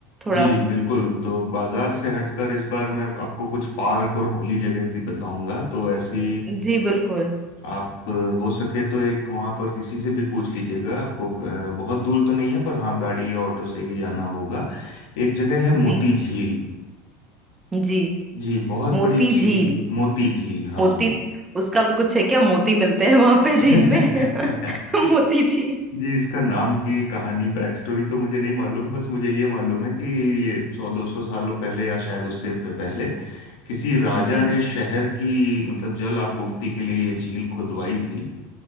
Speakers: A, on the right; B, on the left.
A: थोड़ा
B: जी बिल्कुल तो बाजार से हटकर इस बार मैं आपको कुछ पार्क और खुली जगह की बताऊंगा तो ऐसी
A: जी बिल्कुल
B: आप अ, हो सके तो एक वहां पर किसी से भी पूछ लीजिएगा आपको अ, बहुत दूर तो नहीं है पर हाँ गाड़ी या ऑटो से ही जाना होगा एक जगह है
A: जी
B: मोती झील
A: जी
B: जी बहुत
A: मोती
B: बड़ी झील
A: झील
B: मोती झील हाँ
A: मोती उसका भी कुछ है क्या मोती मिलते हैं वहां पे
B: <laughs>
A: झील में <laughs> मोती झील
B: जी इसका नाम की कहानी बैक स्टोरी तो मुझे नहीं मालूम बस मुझे ये मालूम है कि ये सौ दो सौ सालों पहले या शायद उससे भी पहले किसी राजा
A: जी
B: ने शहर की मतलब जल आपूर्ति के लिए ये झील खुदवाई थी